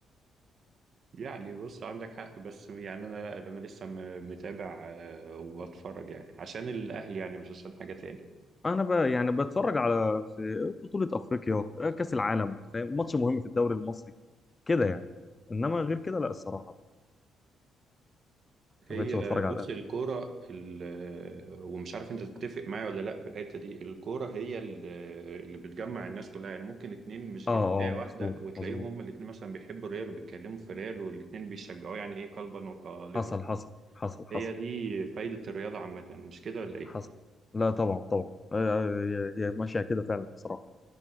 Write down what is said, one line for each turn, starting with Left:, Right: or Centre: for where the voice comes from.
Right: يعني بص عندك حق بس يعني انا لا انا لسه م- متابع آه، وبتفرج يعني عشان الاهلي يعني مش عشان حاجه تاني
Left: انا بقى يعني بتفرج على في بطولة افريقيا آه، كأس العالم فاهم ماتش مهم في الدوري المصري كده يعني انما غير كده لا الصراحة
Right: هي
Left: ما بقتش بتفرج
Right: بص
Left: على الاهلي
Right: الكورة ال- ومش عارف انت تتفق معايا ولا لا في الحتة دي الكورة هي ال- اللي بتجمع الناس كلها يعني ممكن اتنين مش
Left: اه
Right: جنسية
Left: اه
Right: واحدة
Left: مظبوط
Right: وتلاقيهم
Left: مظبوط
Right: هما الاتنين مثلا بيحبوا الريال وبيتكلموا في الريال والاتنين بيشجعوه يعني ايه قلبا وقالبا
Left: حصل حصل حصل حصل
Right: هي دي فايدة الرياضة عامة مش كده ولا ايه؟
Left: حصل لا طبعا طبعا هي هي- هي ماشية كده فعلا الصراحة